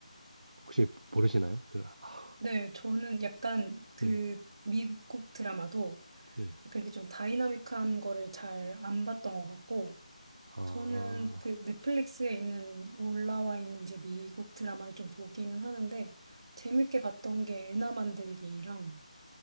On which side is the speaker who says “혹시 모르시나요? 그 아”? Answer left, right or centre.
Right